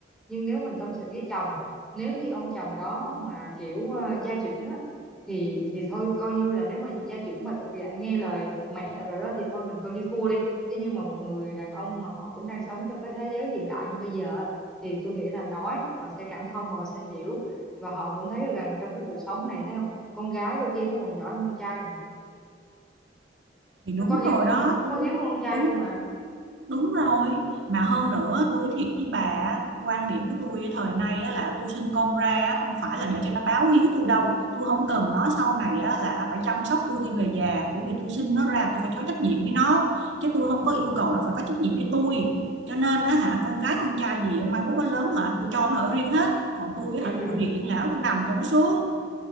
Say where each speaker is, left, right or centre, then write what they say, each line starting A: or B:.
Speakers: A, in the centre; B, on the right.
A: nhưng nếu mình tâm sự với chồng nếu như ông chồng đó mà kiểu ờ, gia trưởng á thì thì thôi coi như là nếu mà gia trưởng mà thuộc dạng nghe lời mẹ rồi đó thì thôi mình coi như thua đi chứ nhưng mà một người đàn ông mà họ cũng đang sống trong cái thế giới hiện đại như bây giờ á, thì tôi nghĩ là nói họ sẽ cảm thông và họ sẽ hiểu và họ cũng thấy được rằng trong cái cuộc sống này thấy không con gái đôi khi nó còn giỏi hơn con trai mà
B: thì đúng
A: nó có hiếu
B: rồi
A: hơn
B: đó
A: con nó
B: tôi
A: có hiếu hơn con trai
B: đúng
A: luôn mà
B: Đúng rồi, mà hơn
A: ừ.
B: nữa tôi nói thiệt với bà á, quan điểm của tôi thời nay á là tôi sinh con ra á, không phải là để cho nó báo hiếu tôi đâu, tôi không cần nó sau này á là phải chăm sóc tôi khi về già, bởi vì tôi sinh nó ra tôi phải có trách nhiệm với nó, chứ tôi không có yêu cầu nó phải có trách nhiệm với tôi. Cho nên á hả con cái con trai gì mai mốt nó lớn hả tôi cho nó ở riêng hết, còn tôi á
A: Ừ.
B: hả tôi vô viện dưỡng lão tôi nằm cho nó xuống.